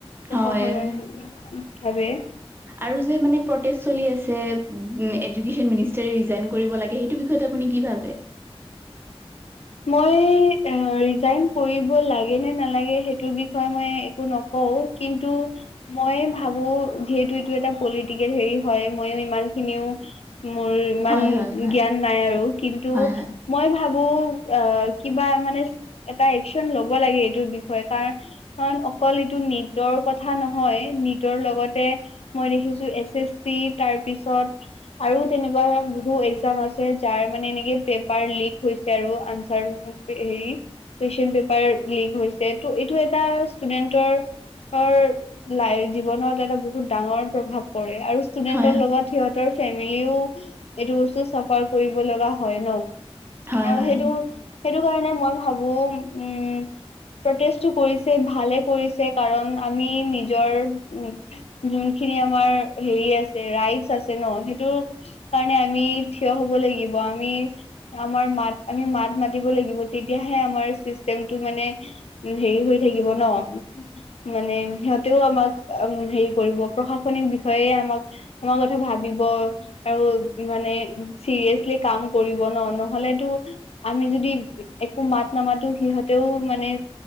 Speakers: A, on the left; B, on the right.
A: প্ৰশাসনিক
B: হয়।
A: ভাবে।
B: আৰু যে মানে চলি আছে এডুকেচন মিনিষ্টাৰে ৰিজাইন কৰিব লাগে। সেইটো বিষয়ত আপুনি কি ভাবে?
A: মই ৰিজাইন্ট কৰিব লাগে নে নলাগে সেইটো বিষয়ে মই একো ন কওঁ কিন্তু মই ভাবো যিহেতু এইটো এটা পলিটিকেল হেৰি হয় মই ইমান খিনিও মোৰ ইমান
B: হয় হয় হয়।
A: জ্ঞান নাই আৰু কিন্তু
B: হয়
A: মই ভাবো অ কিবা মানে এটা একচন ল'ব লাগে এইটোৰ বিষয়ে কাৰণ কাৰণ অকল এইটো নীটৰ কথা নহয়, নীটৰ লগতে মই দেখিছো এছ এছ চি তাৰ পিছত আৰু তেনেকুৱা বহুত একজাম আছে যাৰ মানে এনেকে পেপাৰ লিক হৈছে আৰু। <unintelligible> কুৱেশচন পেপাৰ লিক হৈছে ত' এইটো এটা ষ্টুডেন্টৰ ৰ লাইফ জীৱনত এটা বহুত ডাঙৰ প্ৰভাৱ পৰে আৰু ষ্টুডেন্টৰ
B: হয় হয়
A: লগত সিহঁতৰ ফেমিলিও এইটো বস্তু চাফাৰ কৰিব লগা হয় ন।
B: হয় হয়
A: আৰু
B: হয়
A: সেইটো, সেইটো কাৰণে মই ভাবো উম প্ৰটেষ্টটো কৰিছে ভালে কৰিছে, কাৰণ আমি নিজৰ উম যোনখিনি আমাৰ হেৰি আছে ৰাইটচ আছে ন, সেইটো কাৰণে আমি থিয় হ'ব লাগিব। আমি আমাৰ মাত আমি মাত মাতিব লাগিব তেতিয়াহে আমাৰ চিষ্টেমটো মানে হেৰি হৈ থাকিব ন। মানে সিহঁতেও আমাক হেৰি কৰিব প্ৰশাসনিক বিষয়ে আমাক তোমাৰ কথা ভাবিব আৰু মানে চিৰিয়াচলি কাম কৰিব ন, নহলেতো আমি যদি একো মাত নামাতো সিহঁতেও মানে